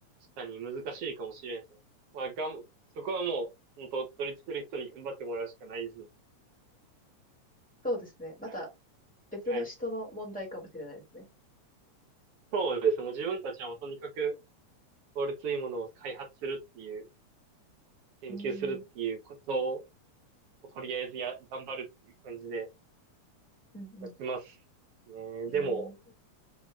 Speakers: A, on the right; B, in the centre.
A: 確かに難しいかもしれないですね。まあ、がん、そこはもう、本当取り付ける人に頑張ってもらうしかないですね。
B: そうですね。また
A: はい。
B: 別の人の問題かもしれないですね。
A: はい。そうですね。もう自分たちはもうとにかく効率いいものを開発するっていう、研究するっていうこと
B: うーん、うん
A: をとりあえずや、頑張るっていう感じで
B: うん。
A: やってます。ね、
B: えー
A: でも、